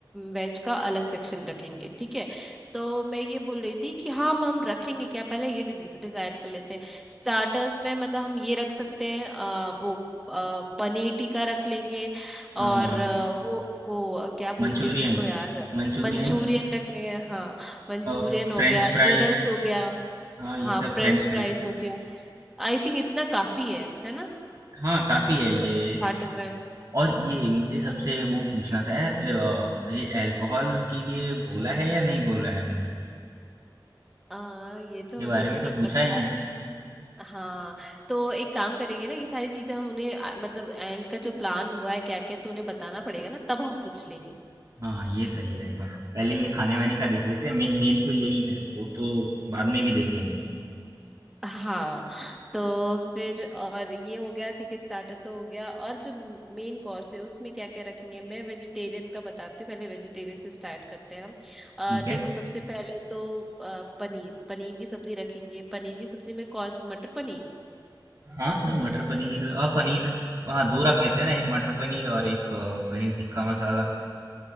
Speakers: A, in the centre; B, on the right (about 45°).
A: वेज का अलग सेक्शन रखेंगे ठीक है तो मैं ये बोल रही थी कि हाँ हम हम रखेंगे क्या पहले ये डिसाइड कर लेते हैं स्टार्टर्स में मतलब हम ये रख सकते हैं अ, वो अ, पनीर टिक्का रख लेंगे
B: हाँ
A: और अ, वो वो अ, क्या बोलते
B: मंचूरियन
A: हैं उसको यार
B: मंचूरियन
A: मंचूरियन रख लेंगे हाँ मंचूरियन
B: फ्रेंच
A: हो गया
B: फ्राइज
A: नूडल्स हो गया
B: हाँ ये
A: हाँ
B: सब
A: फ्रेंच
B: फ्रेंच
A: फ्राइज
B: फ्रेंच
A: हो गया आई थिंक इतना काफी है है ना
B: हाँ काफी है ये
A: मतलब स्टार्टर में
B: और ये मुझे सबसे वो पूछना था यार ये, अ, ये अल्कोहल के लिए बोला है या नहीं बोला है उन्होंने
A: आ, ये
B: इसके
A: तो मुझे
B: बारे
A: भी
B: में
A: नहीं
B: तो पूछा
A: पता
B: ही नहीं
A: है हाँ तो एक काम करेंगे ना ये सारी चीजें हम उन्हें आ, मतलब एंड का जो प्लान हुआ है क्या क्या तो उन्हें बताना पड़ेगा ना तब हम पूछ लेंगे
B: हाँ ये सही रहेगा पहले ये खाने वाने का देख लेते हैं मेन मेन तो यही है वो तो बाद में भी देख लेंगे
A: हाँ तो फिर और ये हो गया ठीक है स्टार्टर तो हो गया और जो मेन कोर्स है उसमें क्या क्या रखेंगे मैं वेजिटेरियन का बताती हूँ पहले वेजिटेरियन से स्टार्ट करते हैं हम आ,
B: ठीक
A: देखो
B: है
A: सबसे पहले तो आ, पनीर पनीर की सब्जी रखेंगे पनीर की सब्जी में कौन सी मटर पनीर
B: हाँ चलो मटर पनीर हाँ पनीर हाँ दो रख लेते हैं ना एक मटर पनीर और एक अ, पनीर टिक्का मसाला